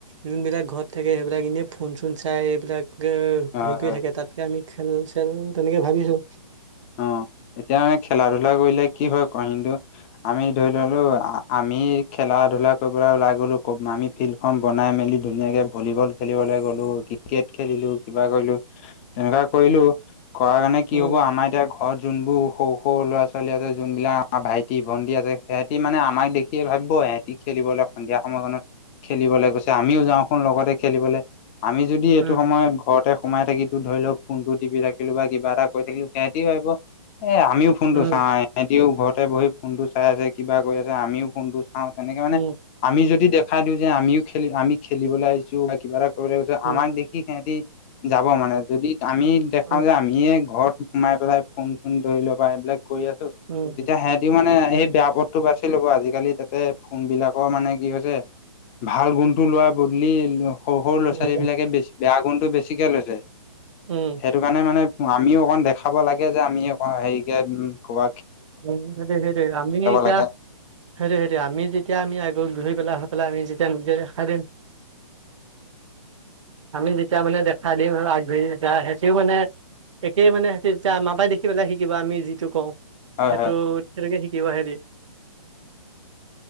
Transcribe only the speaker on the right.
যোনবিলাক ঘৰত থাকে সেইবিলাক এনেই ফোন চোন চাই এইবিলাক
হেৰি
কৰি থাকে তাতকে আমি খেল চেল তেনেকে ভাবিছো
উম
উম
উম
উম
উম
উম
উম
উম
উম
উম
উম সেইটোৱে সেইটোৱে আমি এতিয়া
সেইটোৱে সেইটোৱে আমি যেতিয়া আমি আগত ঘূৰি পেলাই পেলাই আমি যেতিয়া নিজে দেখাই দিম আমি যেতিয়া মানে দেখাই দিম আৰু আগবাঢ়ি সেহতিও মানে একেই মানে সেতি তেতিয়া আমাৰা পাই দেখি পেলাই শিকিব আমি যিটো কওঁ
সেইটো
তেনেকে শিক কিয় হেৰি